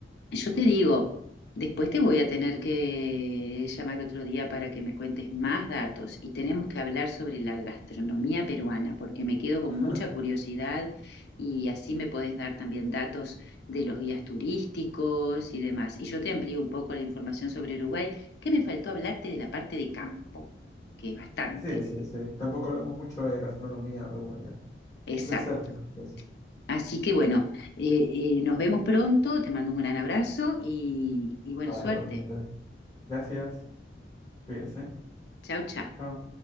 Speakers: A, on the left; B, on the left.
A: Yo te digo, después te voy a tener que llamar otro día para que me cuentes más datos y tenemos que hablar sobre la gastronomía peruana porque me quedo con
B: <laughs>
A: mucha curiosidad y así me podés dar también datos de los guías turísticos y demás. Y yo te amplío un poco la información sobre Uruguay, que me faltó hablarte de la parte de campo, que es bastante.
B: Sí, sí, sí. Tampoco hablamos mucho de gastronomía uruguaya.
A: Exacto.
B: Un placer, entonces.
A: Así que bueno, eh, eh, nos vemos pronto, te mando un gran abrazo y, y bueno,
B: Va,
A: suerte.
B: igualmente. Gracias. Cuídese.
A: Chao, chao.
B: Chao.